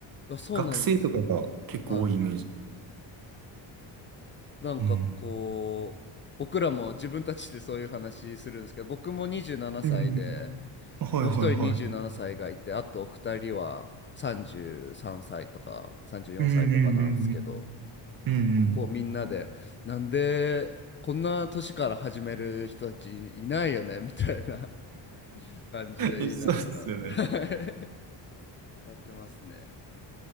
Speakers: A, on the left (about 30°); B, on the right (about 50°).
A: あ、そうなんですよね。
B: 学生とかが結構多いイメージ。
A: はい。なんかこう、
B: うん。
A: 僕らも自分たちでそういう話するんですけど、僕も27歳で、
B: うんうん。はいはいはい
A: もう一人27歳がいて、あと二人は33歳とか34歳とかなんですけど、
B: うんうんうんうん。
A: こうみんなで、
B: うん
A: なんでこんな年から始める人たちいないよねみたいな感じで言いながら
B: うん。<laughs> そうっすよね。
A: <laughs> やってますね。